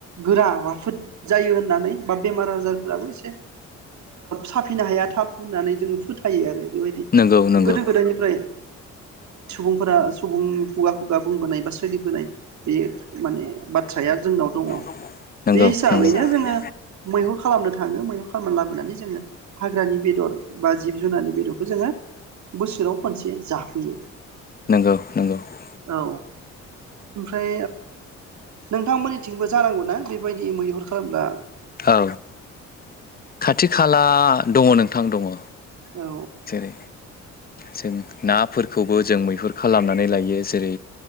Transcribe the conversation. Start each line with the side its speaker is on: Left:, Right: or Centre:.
Right: गोरा राफोद जायो होन नानै बा बेमार आजारफोराबो एसे साफिनो हाया थाब होननानै जोङो फोथायो आरो बेबायदि
Left: खम बिदि
Right: गोदो गोदायनिफ्राय सुबुंफोरा सुबुं खुगा खुगा बुंबोनाय बा सोलिफोनाय बे माने बाथ्राया जोंनाव दङ
Left: जोङो
Right: बे हिसाबैनो जोङो मैहुर खालामनो थाङो मैहुर फोरमान लाबोनानै जोङो हाग्रानि बेदर बा जिब जुनारनि बेदरखौ खौ जोङो बोसोराव खानसे जाफैयोथ
Left: बेबायदि मैहुर
Right: औ ओमफ्राय नोंथांमोननिथिंबो
Left: खालामग्रा
Right: जानांगौनााबेबायदि मैहुर खालामब्ला
Left: औ खाथि खाला दङ नोंथां दङ
Right: औ
Left: जेरै जों नाफोरखौबो जों मै बेफोर खालामनानै लायो जेरै